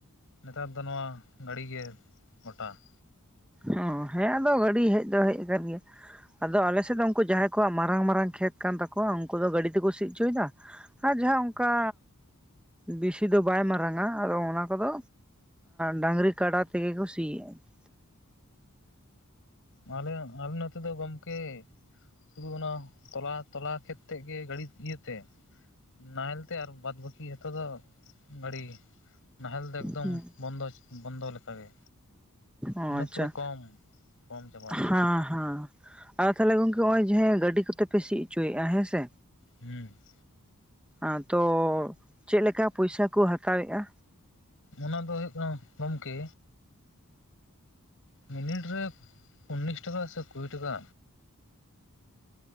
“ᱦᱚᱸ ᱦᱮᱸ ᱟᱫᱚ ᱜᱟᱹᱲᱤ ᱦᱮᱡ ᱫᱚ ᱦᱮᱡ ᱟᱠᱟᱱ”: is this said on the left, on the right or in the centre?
Centre